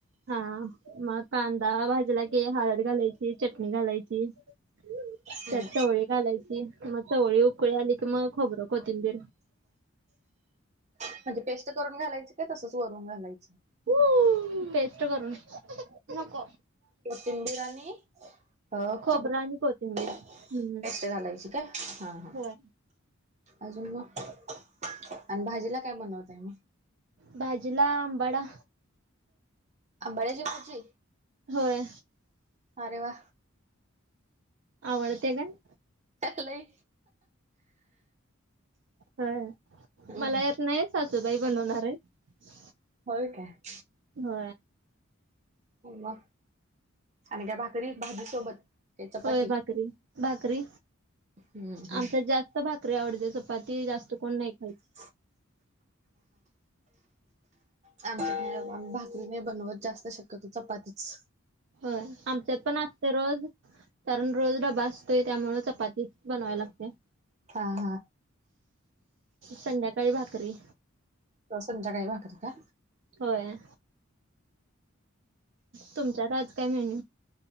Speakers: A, on the right; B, on the right.
A: हा मग कांदा भाजला ग हळद घालायची चटणी घालायची त्यातचा
B: हम्म
A: होळी घालायची मग चवळी उकळी आली की मग खोबरं खतींबर
B: म्हणजे पेस्ट करून घालायची काय तसंच वरून घालायच
A: खू बेस्ट करून नको
B: कोथिम बिरणी अ
A: खोबरं
B: खूप
A: आणि कोथिंबीर
B: टेस्ट
A: हम्म
B: घालायची का हा हा
A: होय.
B: अजून मग आणि भाजीला काय बनवताय मग?
A: भाजीला आंबाडा
B: अंबाड्याची भाजी
A: होय
B: अरे वा
A: आवडते काय
B: लय
A: होय
B: हम्म
A: मला येत नाही सासूबाई बनवणार आहेत
B: होय काय
A: हो
B: मग आणि काय भाकरी भाजी सोबत काय चपाती?
A: होय भाकरी भाकरी
B: हम्म हम्म
A: आमचात जास्त भाकरी आवडते चपाती जास्त कोण नाही खाइत
B: <inaudible> करीने बनवत जास्त शक्यतो चपातीच
A: हो आमच्यात पण असते रोज कारण रोज डबा असतोय त्यामुळं चपातीचं बनवावी लागते
B: हा हा
A: संध्याकाळी भाकरी
B: रोज संध्याकाळी भाकरी का
A: होय तुमच्यात आज काय मेन्यू